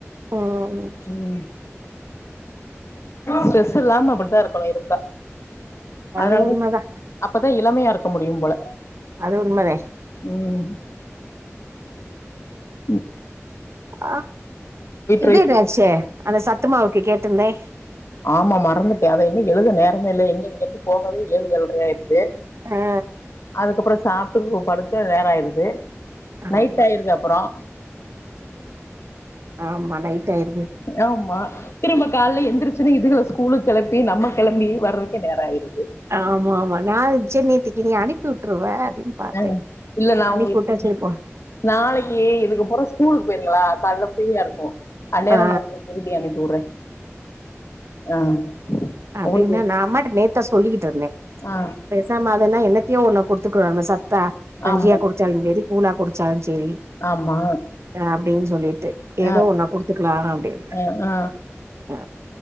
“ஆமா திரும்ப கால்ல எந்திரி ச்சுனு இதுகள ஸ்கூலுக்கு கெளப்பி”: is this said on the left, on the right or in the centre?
Left